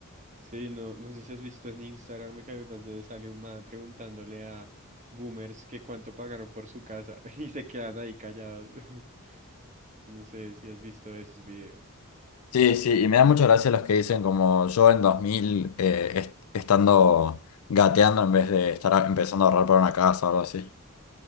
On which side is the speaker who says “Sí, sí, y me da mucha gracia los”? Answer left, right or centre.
Left